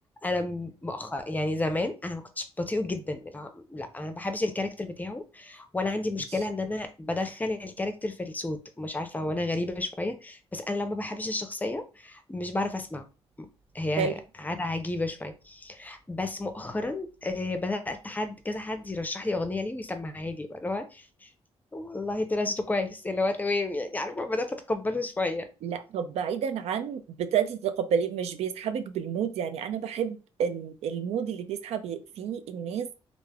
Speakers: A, on the left; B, on the right.
A: أنا مؤخر يعني زمان أنا ما كنتش بطيئة جدا لا لا، أنا ما بحبش الكاركتر بتاعه وأنا عندي مشكلة
B: ماشي.
A: إن أنا بدخل الكاركتر في الصوت مش عارفة وأنا غريبة شوية بس أنا لو ما بحبش الشخصية مش بعرف أسمعه هي
B: حلو
A: عادة عجيبة شوية بس مؤخرا آه، بدأت حد كذا حد يرشح لي أغنية ليه ويسمعها لي اللي هو والله طلع صوته كويس اللي هو تمام يعني عارفة بدأت أتقبله شوية
B: لا طب بعيدا عن بتأتي تتقبليه مش بيسحبك بالمود يعني أنا بحب ال- المود اللي بيسحب فيه الناس